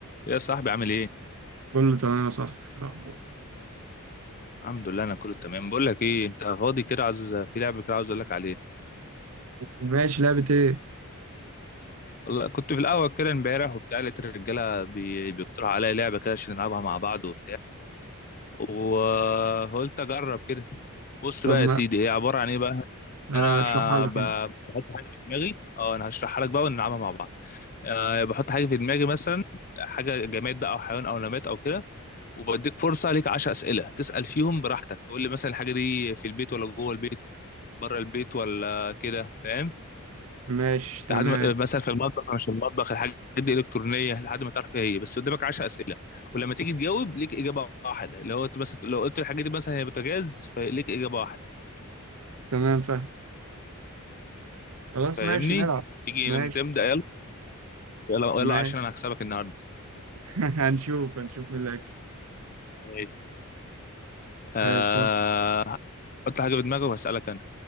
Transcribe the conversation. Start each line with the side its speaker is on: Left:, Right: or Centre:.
Left: يا صاحبي عامل ايه
Right: كله تمام يا صاحبي إيه الأخبار
Left: الحمد لله انا كله تمام بقول لك ايه انت فاضي كده عاوز في لعبه كده عاوز اقول لك عليها
Right: ماشي لعبة إيه؟
Left: والله كنت في القهوه كده امبارح وبتاع لقيت الرجاله بي... بيقترحوا عليا لعبه كده عشان نلعبها مع بعض وبتاع وقلت اجرب كده بص
Right: طب
Left: بقى
Right: ما
Left: يا سيدي هي عباره عن ايه بقى
Right: آه،
Left: ان انا
Right: اشرحها لي
Left: ب...
Right: كده
Left: بحط حاجه في دماغي اه انا هشرحها لك بقى ونلعبها مع بعض أه بحط حاجه في دماغي مثلا حاجه جماد بقى او حيوان او نبات او كده وبديك فرصه ليك 10 اسئله تسال فيهم براحتك تقول لي مثلا الحاجه دي في البيت ولا جوه البيت بره البيت ولا كده فاهم
Right: ماشي تمام
Left: لحد ما مثلا في المطبخ أو مش في المطبخ الحاجات دي الكترونيه لحد ما تعرف ايه هي بس قدامك 10 اسئله ولما تيجي تجاوب ليك اجابه واحده لو انت مثلا لو قلت الحاجه دي مثلا هي بوتاجاز فليك اجابه واحده
Right: تمام فاهم خلاص
Left: فاهمني
Right: ماشي نلعب
Left: تيجي
Right: ماشي
Left: نبدا يلا يلا يلا
Right: ماشي
Left: عشان انا هكسبك النهارده
Right: <laughs> هنشوف هنشوف مين اللي هيكسب
Left: ماشي آه...
Right: ماشي يلا.
Left: حط حاجه في دماغك وهسالك انا